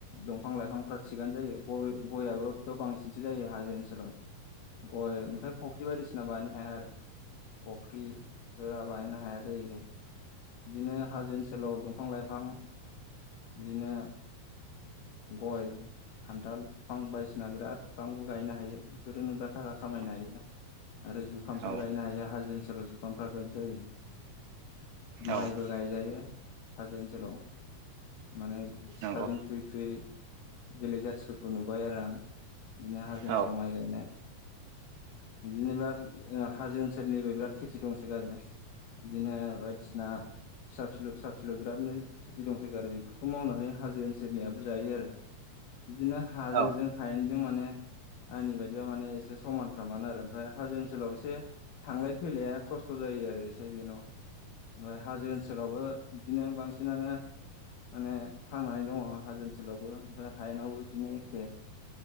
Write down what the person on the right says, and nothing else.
औ
औ
औ
नंगौ
औ
औ